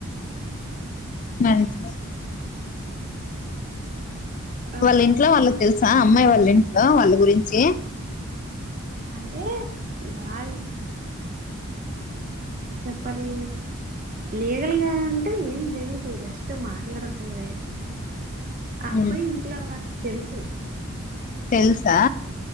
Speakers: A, on the left; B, on the right.
A: మరికా <inaudible>
B: ఆ
A: వాళ్ళ ఇంట్లో వాళ్ళకి తెలుసా అమ్మాయి వాళ్ళు అలా వాళ్ళ గురించి
B: అంటే వాళ్ళ చెప్పాలి లీగల్ గా అంటే ఏం తెలీదు జస్ట్ మాట్లాడుతుంది అబ్బాయి
A: ఉమ్,
B: ఇంట్లో వాళ్ళు తెలుసు
A: తెలుసా